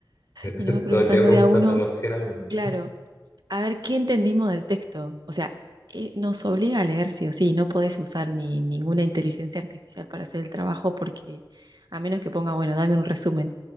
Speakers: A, on the left; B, on the right.
A: <laughs>
B: y nos va preguntando
A: Todo el día preguntando
B: de a uno,
A: a los 100 alumnos.
B: claro, a ver qué entendimos del texto. O sea, eh, nos obliga a leer sí o sí, no podés usar ni ninguna inteligencia artificial para hacer el trabajo porque a menos que ponga, bueno, dame un resumen